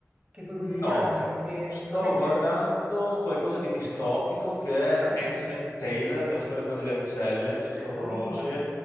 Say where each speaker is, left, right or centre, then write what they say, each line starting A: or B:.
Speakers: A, on the right; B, on the left.
A: che puoi consigliarmi
B: No,
A: perché
B: sto
A: ultimamente...
B: guardando
A: <laughs>
B: qualcosa di distopico che è
A: Ah,
B: Handmaid's Tale, che è la storia quella delle ancelle, non so se lo conosci.
A: l'ho vista,